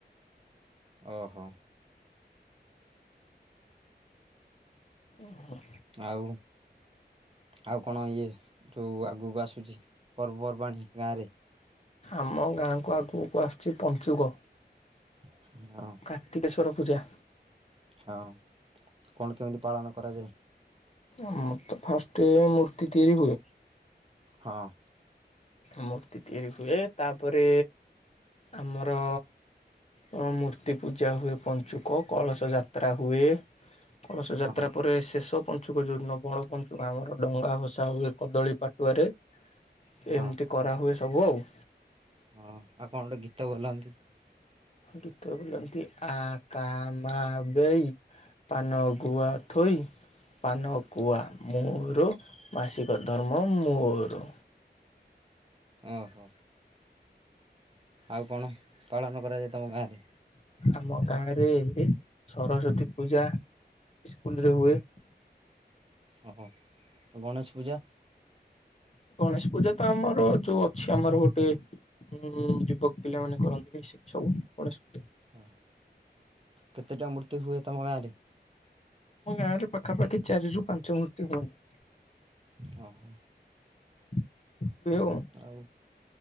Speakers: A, on the right; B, on the left.
A: ଓହୋ।
B: ଓହୋ।
A: ଆଉ? ଆଉ କଣ ଇଏ ଯୋଉ ଆଗକୁ ଆସୁଚି ପର୍ବପର୍ବାଣି ଗାଁରେ?
B: ଆମ ଗାଁକୁ ଆଗକୁ ଆସୁଚି ପଞ୍ଚୁକ।
A: ହୁଁ।
B: କାର୍ତ୍ତିକେଶ୍ୱର ପୂଜା।
A: ହଁ, କଣ କେମିତି ପାଳନ କରାଯାଏ?
B: ଆମରତ ଫାଷ୍ଟ୍ ମୂର୍ତ୍ତି ତିଆରି ହୁଏ।
A: ହଁ।
B: ମୂର୍ତ୍ତି ତିଆରି ହୁଏ ତାପରେ ଆମର ଅ ମୂର୍ତ୍ତି ପୂଜା ହୁଏ ପଞ୍ଚୁକ କଳସ ଯାତ୍ରା ହୁଏ। କଳସ ଯାତ୍ରା
A: ହଁ ହଁ
B: ପରେ ଶେଷ ପନ ଞ୍ଚୁକ ଯୋଉଦିନ ବଳ ପଞ୍ଚୁକ ଆମର ଡେଙ୍ଗା ଭସା ହୁଏ କଦଳୀ ପାଟୁଆରେ।
A: ହଁ
B: ଏମିତି କରାହୁଏ ସବୁ ଆଉ।
A: ହଁ ଆଉ କଁ ଗୋଟେ ଗୀତ ବୋଲନ୍ତି?
B: ଗୀତ ବୋଲନ୍ତି ଆ କା ମା ବେଇ ପାନ ଗୁଆ ଥୋଇ ପାନ କୁଆ ମୋର ମାସିକ ଧର୍ମ ମୋର।
A: ଓହୋ ଆଉ କଣ ପାଳନ କରାଯାଏ ତମ ଗାଁ ରେ?
B: ଆମ ଗାଁରେ ଏ ସରସ୍ଵତୀ ପୂଜା ଇସ୍କୁଲ୍ ରେ ହୁଏ।
A: ଅଁ ହଁ ଆଉ ଗଣେଶ ପୂଜା?
B: ଗଣେଶ ପୂଜା ତ ଆମର ଯୋଉ ଅଛି ଆମର ଗୋଟିଏ ହୁଁ ଯୁବକ୍ ପିଲାମାନେ କରନ୍ତି ମିଶିକି ସବୁ ଗଣେଶ ପୂଜା।
A: ହଁ କେତେଟା ମୂର୍ତ୍ତି ହୁଏ ତମ ଗାଁରେ?
B: ଆମ ଗାଁ ରେ ପାଖାପାଖି ଚାରି ରୁ ପାଞ୍ଚ ମୂର୍ତ୍ତି ହୁଅନ୍ତି।
A: ଅ ହୋ।
B: <unintelligible>
A: ଆଉ?